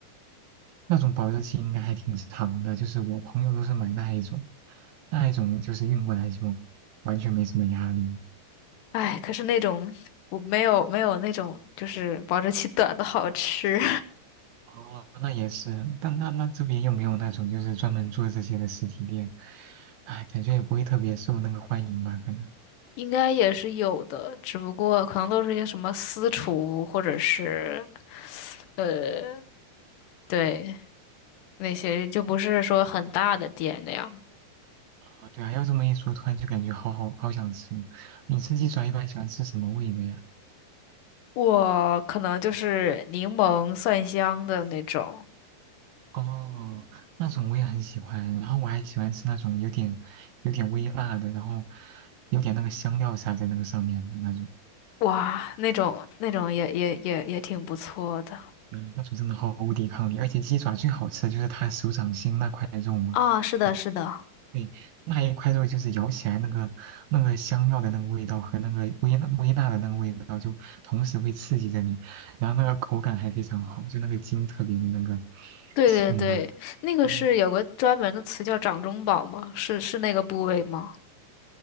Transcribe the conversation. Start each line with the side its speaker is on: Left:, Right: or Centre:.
Right: 那种保质期应该还挺长的，就是我朋友都是买那一种，那一种就是运过来就完全没什么压力。
Left: 哎，可是那种我没有没有那种就是保质期短的好吃，
Right: 哦，那也是，但那那这边又没有那种就是专门做这些的实体店，哎，感觉也不会特别受那个欢迎吧，可能。
Left: <laughs> 应该也是有的，只不过可能都是一些什么私厨或者是呃对那些就不是说很大的店那样。
Right: 啊，对啊，要这么一说，突然就感觉好好好想吃。你吃鸡爪一般喜欢吃什么味的呀？
Left: 我可能就是柠檬蒜香的那种，
Right: 哦，那种我也很喜欢，然后我还喜欢吃那种有点有点微辣的，然后有点那个香料撒在那个上面的那种。
Left: 哇，那种那种也也也也挺不错的
Right: 嗯，那种真的毫无抵抗力，而且鸡爪最好吃的就是它手掌心那块肉嘛，
Left: 啊，是的，
Right: 对
Left: 是的。
Right: 对那一块肉就是咬起来那个那个香料的那个味道和那个微微辣的那个味道，就同时会刺激着你，然后那个口感还非常好，就那个筋特别的那个
Left: 对对对，
Right: 劲吧，
Left: 那个是有个专门的词叫掌中宝吗？
Right: 嗯，
Left: 是是那个部位吗？